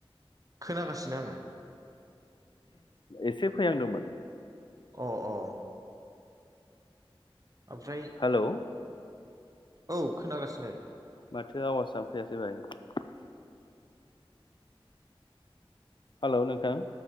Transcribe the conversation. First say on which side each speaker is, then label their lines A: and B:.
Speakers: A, on the right; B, on the left.
A: खोनागासिनो आङो
B: एसे फैनांदोंमोन
A: अ अ ओमफ्राय
B: हेलौ
A: औ खोनागासिनो
B: माथो आवाजा नो फैयासै भाइ। हेलौ नोंथां